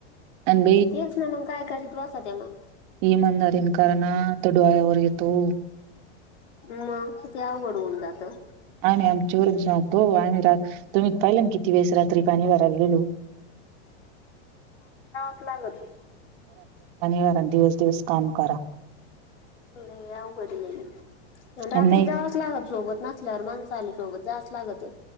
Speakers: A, on the right (about 55°); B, on the left (about 85°).
A: आणि
B: तेच ना मग काय करत त वा अस ते मग
A: ह मंदारन कारण तडवाय उरयतो
B: मग ति ते आघड होऊन जातं
A: आम्ही आम चोरच जावतो आम्ही रा तुम्ही पायलन, किती वेळेस रात्री पाणी भराया गे लेलो.
B: लाग त
A: वारा दिवस दिवस काम करा.
B: नाही अवघडलेली. रात्री
A: आणि नाही
B: जावच लागल सोबत नसल्यावर माणस. चाले सोबत जास्त लागत.